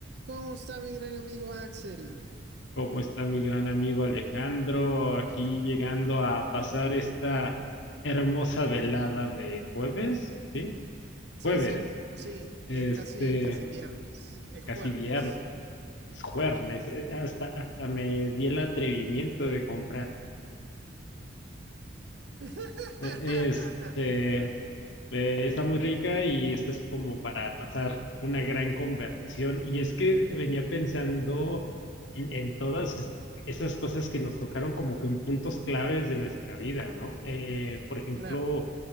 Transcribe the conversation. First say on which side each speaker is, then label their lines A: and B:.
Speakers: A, on the right (about 60°); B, on the left (about 75°).
A: ¿Cómo está mi gran amigo Axel?
B: ¿Cómo está mi gran amigo Alejandro? Aquí
A: <laughs>
B: llegando a pasar esta hermosa velada de jueves, ¿sí?
A: Sí,
B: Jueves,
A: sí, sí,
B: este,
A: ya es casi, casi viernes, es juernes.
B: casi viernes, es jueves, eh, hasta, hasta me di el atrevimiento de comprar.
A: <laughs>
B: Eh, Este, Eh, está muy rica y esta es como para pasar una gran conversación. Y es que venía pensando en, en todas es- esas cosas que nos tocaron como que en puntos claves de nuestra vida, ¿no? Eh, por ejemplo,
A: Claro,